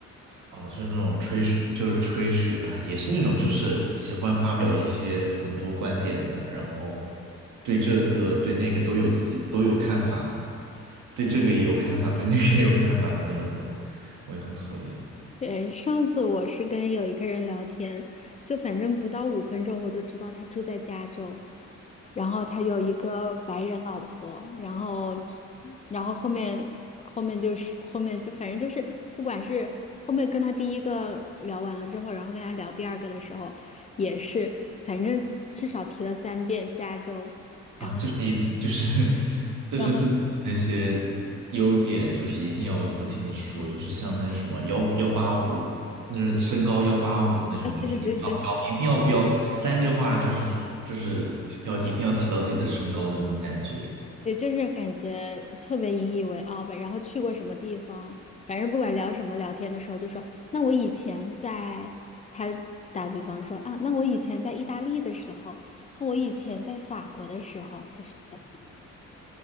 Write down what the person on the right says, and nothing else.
啊，就是那种吹水，就是吹水啊，也是那种就是喜欢发表一些很多观点的，然后对这个对那个都有自己都有看法，对这个也有看法，对那个也有看法的那种人，我也很讨厌。
啊，就是一 <laughs> 就是就是自己的那些
优点，就是一定要不停的说，就是像那什么幺幺八五，那是身高幺八五那种，
就是一定要标，一定要标三句话，就是就是要一定要提到自己的身高的那种感觉，